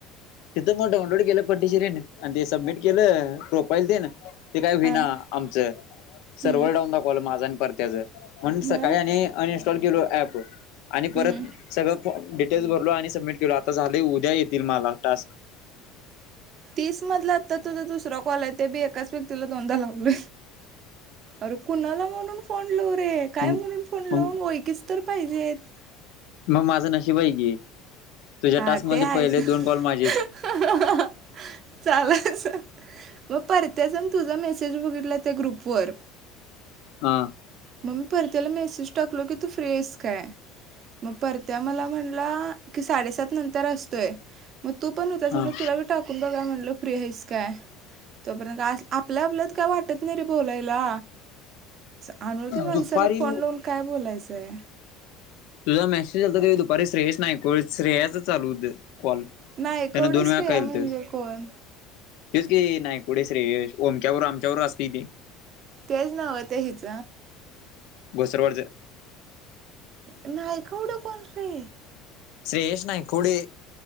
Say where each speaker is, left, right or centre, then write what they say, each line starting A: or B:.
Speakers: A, on the left; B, on the right.
A: तिथं मग डाउनलोड केल पटदशरीन आणि ते सबमिट केल. प्रोफाईल दे ना. ते काय होईना
B: हां
A: आमच. सर्व्हर
B: हं
A: डाऊन दाखवल माझ आणि परत्याच. म्हणून सकाळी
B: मग
A: आणि अनइन्स्टॉल केलो ऍप. आणि परत
B: हं
A: सगळ डिटेल्स भरलो आणि सबमिट केल. आता झालय. उद्या येतील मला टास्क.
B: तीस मधला आता तुझा दुसरा कॉल आहे. ते बी एकाच व व्यक्तीला दोनदा लावल. अर कुणाला म्हणून फोन लावु रे. काय
A: मग
B: म्हणून फोन लावू. ओळकीच तर पाहिजेत.
A: मग माझ नशीब आहे की. तुझ्या
B: हा
A: टास्क मध्ये
B: ते आहेच
A: पहिले दोन काॅल माझे.
B: <unintelligible> चालल मग परत्याचा आणि तुझा मेसेज बघितला त्या ग्रुपवर.
A: हा
B: म मी परत्याला मेसेज टाकलो की तू फ्री आहेस काय. मग परत्या मला म्हणला की साडेसात नंतर असतोय. मग तू पण होतास.
A: ह
B: म्हटल तुलाबी टाकून बघाव म्हणल फ्री आहेस काय. तोपर्यंत आपल्या आपल्यात काय वाटत नाही रे बोलायला. अनोळखी माणसाला
A: दुपारी
B: फोन लावून काय बोलायच आहे.
A: तुझा मेसेज आलत दुपारी श्रेयस नाही को श्रेयाच चालू होत कॉल.
B: नाही
A: त्यान
B: कोणीच
A: दोन वेळा
B: नाही आम्ही
A: केलत
B: वी कोण.
A: तेच की नायकुढे श्रेयश. ओमक्याबरोबर आमच्याबरोबर असतेय ते.
B: तेच नाव आहे ते हिच.
A: घोसरवडच
B: नाही कवड कोण रे.
A: श्रेयष नाही कोडे.